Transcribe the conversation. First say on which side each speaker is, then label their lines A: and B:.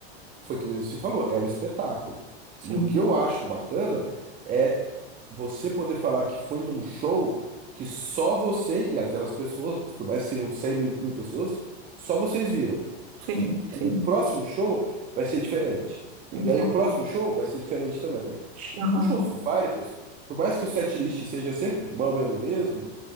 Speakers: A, on the right; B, on the right.
A: foi que nem você falou, é o espetáculo.
B: sim,
A: E o que eu acho bacana é você poder falar que foi num show que só você e aquelas pessoas, por mais que sejam 100 mil, mil pessoas, só vocês viram.
B: sim, sim,
A: O próximo show vai ser diferente.
B: sim.
A: E
B: sim.
A: aí o próximo show vai ser diferente também.
B: Aham,
A: Um show do Foo Fighters, por mais que o setlist seja sempre mais ou menos o mesmo,